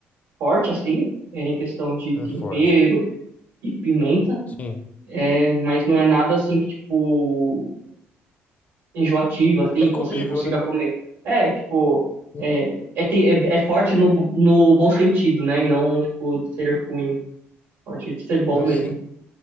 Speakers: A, on the right; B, on the left.
A: forte, assim, em questão de
B: é
A: tempero
B: forte.
A: e pimenta,
B: Sim.
A: é, mas não é nada assim que, tipo, enjoativo, assim,
B: É
A: que
B: comível,
A: você não consiga
B: né?
A: comer. É, tipo,
B: Sim.
A: é, é, te- é, é forte no, no bom sentido, né? E não, tipo, de ser ruim, forte de ser bom
B: Assim,
A: mesmo.